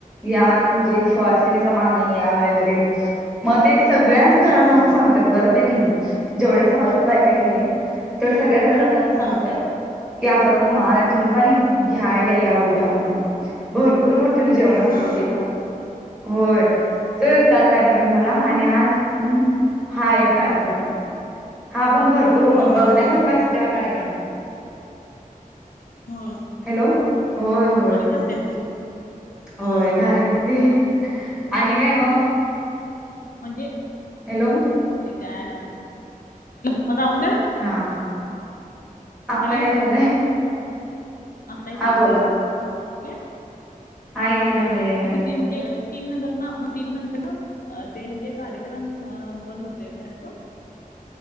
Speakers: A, in the centre; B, on the left (about 75°).
A: या म्हणजे सूवासनीचा मान या वगैरे मग ते. सगळ्याच घराात
B: हा
A: जाऊन सांगतात
B: हा
A: बर तेनी. जेवढ्या समाजात बायक आहेत नाही तेवढ्या सगळ्याच घरात जाऊन सांगतात
B: हा
A: की असं असं. तो मान तुमचा नि घ्यायला या उद्या म्हणून. भरपूर मोठे जेवण असते
B: हा
A: ते पण होय तो
B: होय काय
A: काल कार रम झाला आणि आज हा एक कार्यक्रम हा पण भरपूर
B: हम्म
A: बघण्यासारख
B: हम्म हम्म
A: असतोय कार्यक्रम.
B: होय.
A: हॅलो होय होय.
B: करते की.
A: होय
B: हा
A: भारी असते आणि काय मग.
B: म्हणजे.
A: हॅलो.
B: आणि काय न माझा आवाज ये.
A: हा. आत्ता
B: हॅलो
A: याय लागलाय
B: आता येत
A: हा बोला
B: का.
A: याय लागला
B: हा
A: याय
B: मग
A: लागला
B: ते किती म्हणजे? तीन नंतर ना मग तीन नंतर ना ते म्हणजे कार्यक्रम बंद होते काय असं